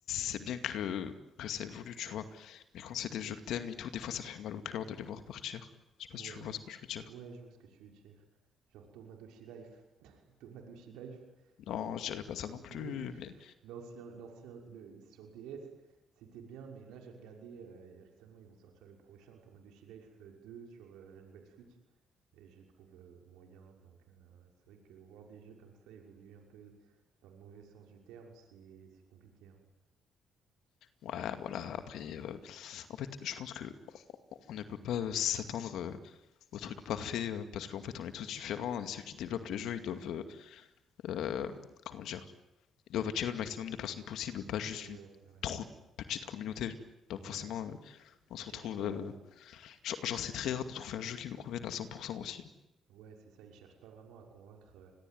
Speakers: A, on the left; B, on the right.
A: c'est bien que, que ça évolue, tu vois. Mais
B: Mhm.
A: quand c'est des jeux que t'aimes et tout, des fois ça fait mal au cœur de les voir partir. Je sais pas
B: Ouais,
A: si tu vois ce que je veux dire.
B: ouais, je vois ce que tu veux dire. Genre Tomadochi Life. <laughs> Tomadochi Life,
A: Non,
B: quand
A: je dirais
B: euh,
A: pas ça non plus,
B: le- le- <laughs>
A: mais
B: l'ancien, l'ancien, le- le- sur DS, c'était bien, mais là j'ai regardé, euh, et récemment ils vont sortir le prochain Tomadochi Life euh, 2 sur euh, la nouvelle Switch, et je trouve euh, moyen. Donc euh, c'est vrai que voir des jeux comme ça évoluer un peu dans le mauvais sens du terme, c'est c'est compliqué, hein.
A: ouais, voilà, après, euh, en fait, je pense que on ne peut pas euh, s'attendre euh, au truc parfait euh, parce qu'en fait on est tous différents et ceux qui développent le jeu ils doivent euh, euh, comment dire ils doivent attirer le maximum de personnes possible pas juste
B: Ouais,
A: une
B: c'est vrai.
A: trop petite communauté donc
B: Ouais,
A: forcément
B: c'est-
A: euh, on se
B: ils cherchent
A: retrouve
B: pas.
A: euh, genre, genre, c'est très rare de trouver un jeu qui nous convienne à 100% aussi
B: Ouais, c'est ça, ils cherchent pas vraiment à convaincre euh,